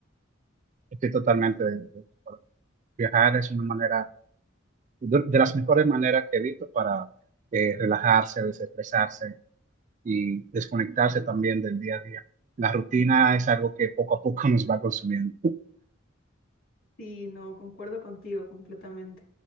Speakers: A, on the right; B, on the left.
A: estoy totalmente de, de acuerdo. Viajar es una manera de, de las mejores maneras que he visto para eh, relajarse, desestresarse y desconectarse también del día a día. La rutina es algo que poco a poco <laughs> nos va consumiendo.
B: Sí, no, concuerdo contigo completamente.